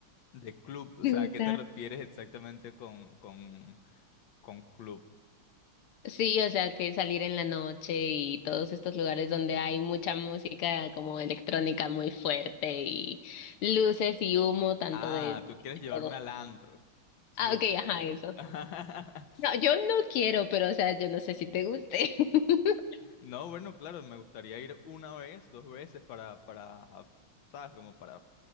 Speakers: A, on the left (about 65°); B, on the left (about 85°).
A: De club, o
B: ¿Te
A: sea,
B: gusta?
A: ¿a qué te refieres exactamente con, con, con club?
B: Sí, o sea, que salir en la noche y todos estos lugares donde hay mucha música como electrónica muy fuerte y luces y humo, tanto
A: Ah,
B: de,
A: tú quieres
B: de
A: llevarme
B: todo.
A: al antro. Eso
B: Ah,
A: es lo
B: ok,
A: que tú
B: ajá,
A: quieres.
B: eso.
A: <laughs>
B: No, yo no quiero, pero o sea, yo no sé si te guste. <laughs>
A: No, bueno, claro, me gustaría ir una vez, dos veces para, para, ¿sabes? Como para